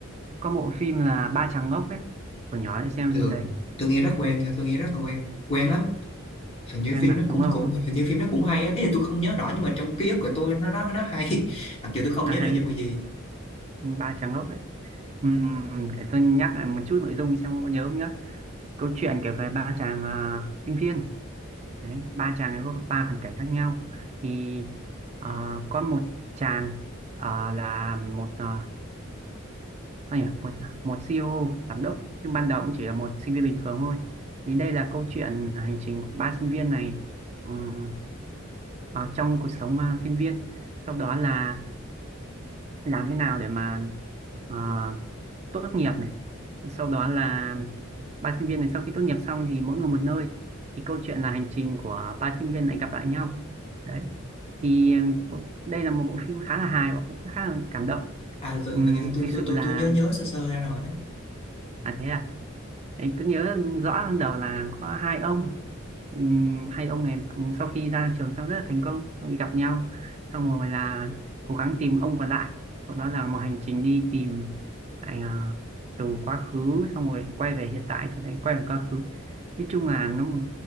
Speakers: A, on the right; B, on the left.
A: có bộ phim là Ba Chàng Ngốc ấy hồi nhỏ đi xem
B: thường
A: phim đấy
B: tôi nghe rất quen nha tôi nghe rất là quen quen lắm hình như
A: em
B: phim
A: mà
B: nó cũng
A: đúng không
B: cũng hình như phim nó cũng hay á ý là tôi không nhớ rõ nhưng mà trong ký ức của tôi nó nó nó hay <laughs> mặc dù tôi không
A: à
B: nhớ nội
A: hay
B: dung là gì
A: Ba Chàng Ngốc ấy Ừm, để tôi nhắc lại một chút nội dung xem có nhớ không nhá câu chuyện kể về ba chàng à, sinh viên đấy ba chàng ấy có ba hoàn cảnh khác nhau thì à, có một chàng à, là một ờ, hay à, một một CEO giám đốc nhưng ban đầu cũng chỉ là một sinh viên bình thường thôi thì đây là câu chuyện hành trình của ba sinh viên này ừm, ở trong cuộc sống à, sinh viên sau đó là làm thế nào để mà ờ, tốt nghiệp này sau đó là ba sinh viên này sau khi tốt nghiệp xong thì mỗi người một nơi thì câu chuyện là hành trình của ba sinh viên này gặp lại nhau đấy thì cô- đây là một bộ phim khá là hài và cũng khá là cảm động
B: à tôi, tôi-
A: Ừm,
B: hình như tôi
A: thực
B: tôi
A: sự
B: tôi
A: là
B: tôi nhớ nhớ sơ sơ ra rồi á
A: là thế Đấy, tôi nhớ rõ ban đầu là có hai ông Ừm, hai ông này ừm, sau khi ra trường xong rất là thành công xong rồi gặp nhau xong rồi là cố gắng tìm ông còn lại sau đó là một hành trình đi tìm lại à, từ quá khứ xong rồi quay về hiện tại rồi lại quay về quá khứ nói chung là nó một